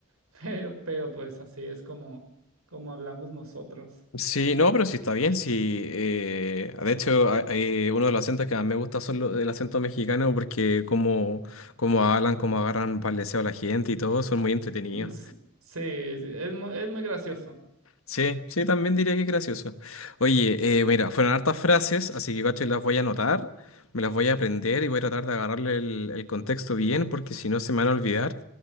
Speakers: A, on the right; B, on the left.
A: <laughs> pero, pero pues así es como, como hablamos nosotros.
B: Sí, no, pero sí está bien. Sí, eh, de hecho, a- eh, uno de los acentos que más me gusta son los, el acento mexicano porque como, como hablan, como agarran paleseo a la gente y todo, son muy entretenidos.
A: Mm, s- Sí, sí, es muy, es muy gracioso,
B: Sí, sí, también diría que es gracioso. Oye, eh, mira, fueron hartas frases, así que cacho, las voy a anotar, me las voy a aprender y voy a tratar de agarrarle el, el contexto bien, porque si no se me van a olvidar.